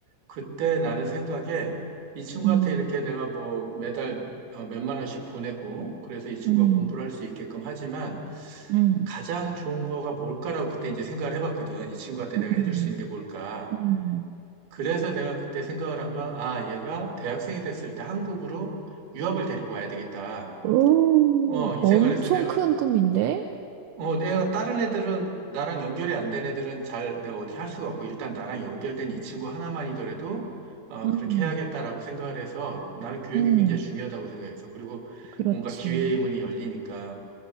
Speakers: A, on the right (about 55°); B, on the right (about 75°).
A: 그때 나는 생각에 이 친구한테
B: 음.
A: 이렇게 내가 뭐 매달 어, 몇만 원씩 보내고 그래서 이 친구가
B: 음.
A: 공부를 할 수 있게끔 하지만
B: 음.
A: 가장 좋은 거가 뭘까라고 그때 이제 생각을 해봤거든. 이 친구한테
B: 음,
A: 내가 해줄 수 있는 게 뭘까?
B: 음,
A: 그래서 내가 그때 생각을 한 건, 아, 얘가 대학생이 됐을 때 한국으로 유학을 데리고 와야 되겠다.
B: 오,
A: 어, 이
B: 엄청
A: 생각을 했어요. 내가,
B: 큰 꿈인데?
A: 어, 내가 다른 애들은, 나랑 연결이 안 된 애들은 잘 내가 어떻게 할 수가 없고, 일단 나랑 연결된 이 친구 하나만이더라도, 어,
B: 음,
A: 그렇게 해야겠다라고 생각을 해서 나는 교육이
B: 음,
A: 굉장히 중요하다고 생각해서, 그리고
B: 그렇지.
A: 뭔가 기회의 문이 열리니까.